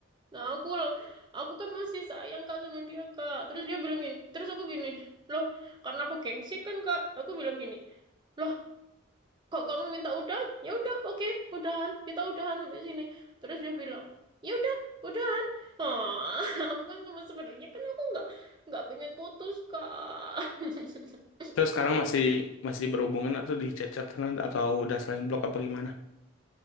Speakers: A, on the right; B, on the left.
A: Nah aku lo- aku kan masih sayang kak sama dia kak. Terus dia bilang gini, terus aku gini, loh karena aku gengsi kan kak, aku bilang gini, loh kok kamu minta udahan? Ya udah oke udahan, kita udahan sampai sini. Terus dia bilang, ya udah udahan. Ah, <laughs> aku kan sama sebenarnya kan aku nggak nggak pengen putus kak. <laughs>
B: Terus sekarang masih masih berhubungan atau di chat-chatan atau udah saling blok apa gimana?